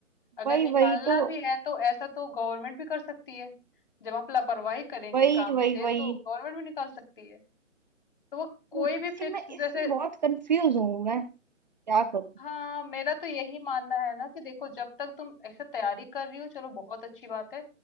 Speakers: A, on the left; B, on the right.
A: अगर
B: वही
A: निकालना
B: वही तो
A: भी है तो ऐसा तो गवर्नमेंट भी कर सकती है जब आप लापरवाही करेंगे
B: वही
A: काम
B: वही
A: से
B: वही
A: तो गवर्नमेंट भी निकाल सकती है तो वो कोई
B: तो
A: भी
B: इससे
A: फिक्स
B: मैं
A: जैसे
B: इसमें बहुत कंफ्यूज हूँ मैं क्या करूँ
A: हाँ मेरा तो यही मानना है ना कि देखो जब तक तुम ऐसे तैयारी कर रही हो चलो बहुत अच्छी बात है